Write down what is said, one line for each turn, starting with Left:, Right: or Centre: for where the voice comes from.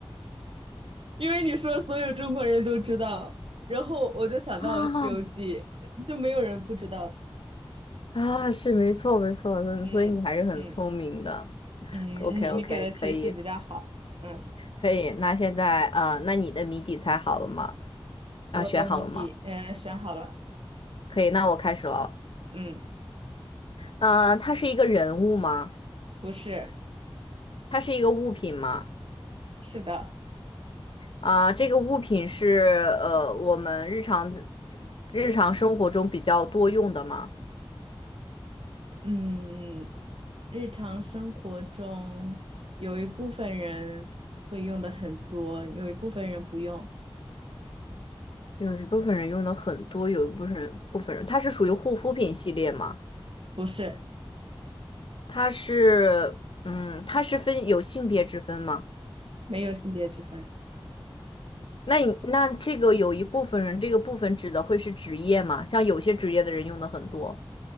Right: 因为你说所有中国人都知道，然后我就想到了《西游记》，
Left: <gasps> 啊，
Right: 就没有人不知道的。
Left: 啊，是没错没错，嗯，
Right: 嗯嗯
Left: 所以你还是很聪明的。
Right: 嗯，
Left: OK
Right: 你你给的提示比较好。
Left: OK，可以
Right: 嗯，
Left: 可以。那现在呃，那你的谜底猜好了吗？啊，
Right: 我的谜底，
Left: 选好了吗？
Right: 嗯、选好了。
Left: 可以，那我开始了。
Right: 嗯，
Left: 呃，它是一个人物吗？
Right: 不是，
Left: 它是一个物品吗？
Right: 是的。
Left: 啊，这个物品是呃我们日常日常生活中比较多用的吗？
Right: 嗯，日常生活中有一部分人会用的很多，有一部分人不用。
Left: 有一部分人用的很多，有一部分人部分人，它是属于护肤品系列吗？
Right: 不是，
Left: 它是嗯，它是分有性别之分吗？
Right: 没有性别之分。
Left: 那你那这个有一部分人，这个部分指的会是职业吗？像有些职业的人用的很多